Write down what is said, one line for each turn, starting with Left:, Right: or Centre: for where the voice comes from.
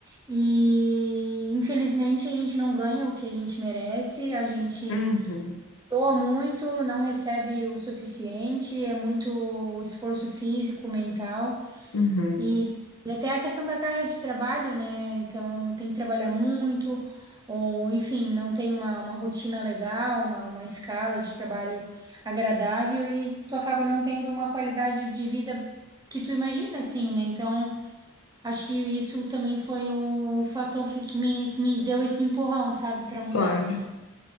Right: e, infelizmente, a gente não ganha o que a gente merece, a gente
Left: Uhum,
Right: Doa muito, não recebe o suficiente, é muito esforço físico, mental
Left: uhum,
Right: e, e até a questão da carga de trabalho, né? Então tem que trabalhar muito, ou enfim, não tem uma, uma rotina legal, uma, uma escala de trabalho agradável e tu acaba não tendo uma qualidade de vida que tu imagina, assim, né? Então acho que isso também foi o fator que, que me, que me deu esse empurrão, sabe, para mudar.
Left: claro.